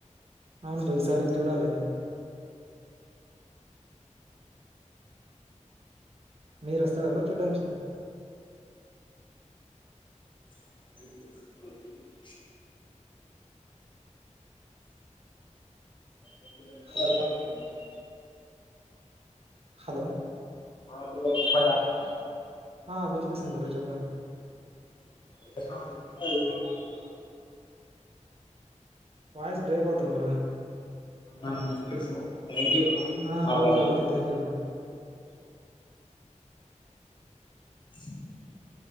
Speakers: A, on the right (about 50°); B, on the left (about 40°).
A: అవును బ్రో ఈసారి చూడాలి మీరోస్తారా బ్రో చూడ్డానికి
B: మా తల్లి పిల్లతో పోవచ్చు ఒకే లెక్క
A: హలో
B: అల్లం మేమిప్పుడు
A: హలో
B: ఆ బ్రో వినపడం లేదా
A: ఆ వినిపిస్తుంది బ్రో చెప్పండి
B: ఏం చేస్తున్నావ్ అప్పట్నుంచి యడికన్నా పోంటున్న
A: వాయిస్ బ్రేక్ అవుతుంది బ్రో
B: అవునా ఓకే బ్రో థాంక్యూ బ్రో
A: ఆ
B: మాట్లాడినందుకు
A: ఓకే ఓకే థ్యాంక్ యూ బ్రో
B: <unintelligible>